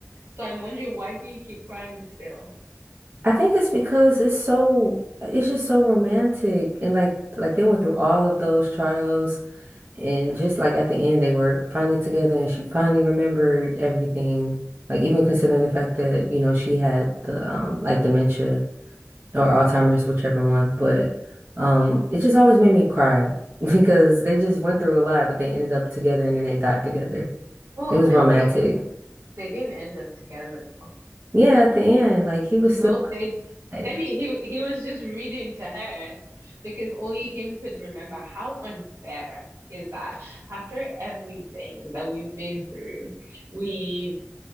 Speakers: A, on the right; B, on the right.
A: So I'm wondering why do you keep crying still?
B: I think it's because it's so, it's just so romantic, and like, like they went through all of those trials, and just like at the end, they were finally together, and she finally remembered everything. Like even considering the fact that, you know, she had the um like dementia. or Alzheimer's, whichever one. But um, it just always made me cry <laughs> because they just went through a lot, but they ended up together and then they died together.
A: Well,
B: It was
A: I
B: romantic.
A: mean, they didn't end up together though.
B: Yeah, at the end, like he was
A: No,
B: still
A: they,
B: like,
A: I mean, he he was just reading to her because only him could remember. How unfair is that? After everything that we've been through, we